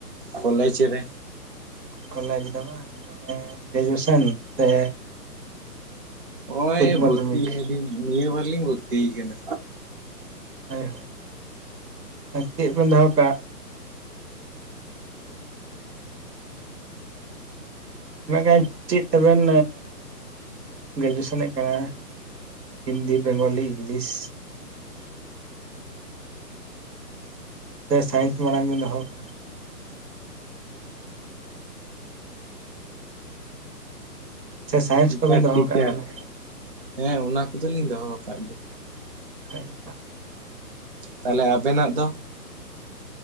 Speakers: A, on the right; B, on the right.
A: ᱠᱚᱞᱮᱡᱽ ᱨᱮ᱾
B: ᱠᱚᱞᱮᱡᱽ ᱫᱚ ᱵᱟᱝ, ᱢᱟᱱᱮ ᱜᱨᱮᱡᱩᱭᱮᱥᱚᱱ ᱥᱮ
A: ᱦᱚᱜ-ᱚᱭ
B: ᱩᱪᱪᱚ ᱢᱟᱫᱽᱫᱷᱚᱢᱤᱠ
A: ᱵᱷᱚᱨᱛᱤᱭ ᱮᱱᱟᱞᱤᱧ, ᱱᱤᱭᱟᱹ ᱵᱟᱨ ᱞᱤᱧ ᱵᱷᱚᱨᱛᱤ ᱠᱟᱱᱟ᱾
B: ᱦᱳᱭ, ᱟᱨ ᱪᱮᱫ ᱵᱮᱱ ᱫᱚᱦᱚ ᱠᱟᱜ? ᱢᱮᱱ ᱠᱷᱟᱡ, ᱪᱮᱫ ᱛᱮᱵᱮᱱ ᱜᱨᱮᱡᱩᱭᱮᱥᱚᱱᱮᱫ ᱠᱟᱱᱟ? ᱦᱤᱱᱫᱤ ᱵᱮᱝᱜᱚᱞᱤ ᱤᱝᱞᱤᱥ ᱥᱮ ᱥᱟᱭᱮᱱᱥ ᱢᱟᱲᱟᱝ ᱵᱮᱱ, ᱫᱚᱦᱚ ᱠᱟᱜ-ᱟ᱾ ᱥᱮ ᱥᱟᱭᱮᱱᱥ
A: ᱴᱤᱪᱟᱨ
B: ᱠᱚᱵᱮᱱ, ᱫᱚᱦᱚ
A: ᱴᱤᱪᱟᱨ
B: ᱠᱟᱜᱼᱟ, ᱵᱚᱞᱮ᱾
A: ᱦᱮᱸ ᱚᱱᱟ ᱠᱚᱫᱚ ᱞᱤᱧ ᱫᱚᱦᱚ ᱟᱠᱟᱫ ᱜᱮᱭᱟ᱾
B: ᱦᱳᱭ
A: ᱛᱟᱦᱚᱞᱮ ᱟᱵᱮᱱᱟᱜ ᱫᱚ᱾